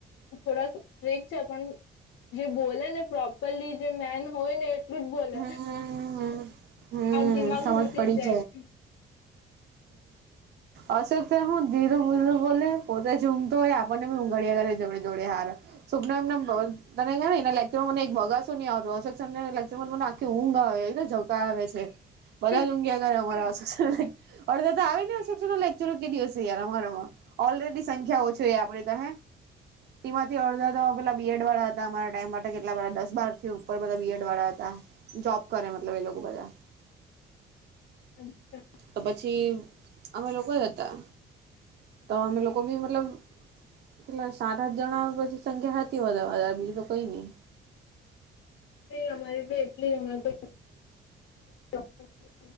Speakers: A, on the left (about 80°); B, on the right (about 55°).
A: થોડાક સ્ટીક છે પણ જે બોલે ને પ્રોપરલી જે મેન હોય ને. એટલુ જ બોલે,
B: હમ્મ. હમ્મ
A: દિમાગમાં
B: સમજ
A: ઘુસી
B: પડી
A: જ જાય.
B: અશોકસર હું ધીરું ધીરું બોલે પોતે ઝૂમતો હોય આપણને બી ઉંઘાડ્યા જ કરે જોડે. જોડે હારો, શોભનામેમ બહુ તને કેવાય ને એના લેક્ચર મા મને એક બગાસુ નઈ આવતુ અશોકસરના લેક્ચર મને આખી ઊંઘ આવે એને જોકા આવે છે.
A: <inaudible>
B: બધા જ ઊંઘ્યા કરે અમારા અડધા તો આવી ને. લેક્ચર કે દિવસ છે યાર અમારામાં, ઓલરેડી સંખ્યા ઓછી આપડે તો. તેમાંથી અડધા તો પેલા બીએડ વાળા હતા અમારા ટાઈમ માટે કેટલા બધા દસ બાર થી ઉપર બધા બીએડ વાળા હતા. જોબ કરે મતલબ એ લોકો બધા.
A: અચ્છા.
B: તો પછી અમે લોકો હતા, તો અમે લોકો બી મતલબ એટલે સાત આઠ જણા પછી સંખ્યા હતી વધારે મા વધારે બીજું તો કઈ નઈ.
A: એ અમારી એટલી અ તો <unintelligible>